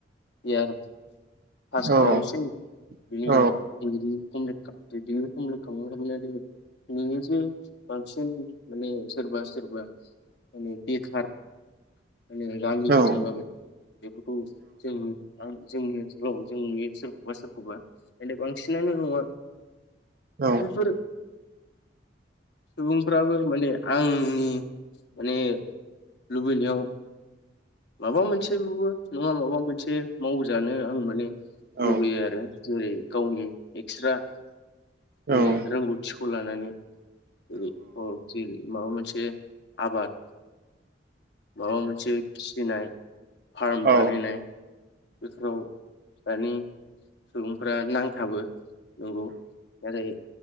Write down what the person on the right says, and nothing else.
औ
औ
औ
औ
औ उम
औ
औ
औ